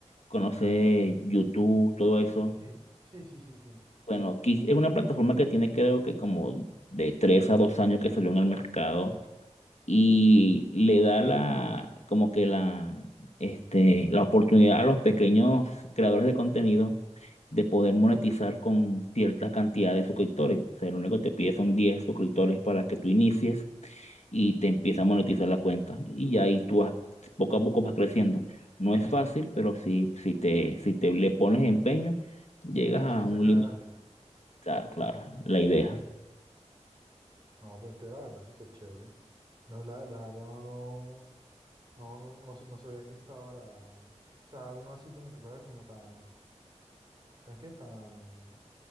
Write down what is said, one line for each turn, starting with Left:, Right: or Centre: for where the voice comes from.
Left: conoces YouTube, todo eso.
Right: Sí, sí, sí, sí, sí.
Left: Bueno, Kick es una plataforma que tiene creo que como de tres a dos años que salió en el mercado y le da la, como que la, este, la oportunidad a los pequeños creadores de contenido de poder monetizar con cierta cantidad de suscriptores. O sea, lo único que te pide son 10 suscriptores para que tú inicies y te empieza a monetizar la cuenta. Y ya ahí tú vas, poco a poco vas creciendo. No es fácil, pero si, si te, si te le pones empeño, llegas a
Right: Sí, es
Left: un
Right: acá
Left: límite,
Right: adelante.
Left: claro, claro, la idea.
Right: No, pero te- la verdad, súper chévere. No, la, la verdad, no, no, no, no, no sabía que estaba la... O sea, uno así como que fuera como tan, tan qué, tan,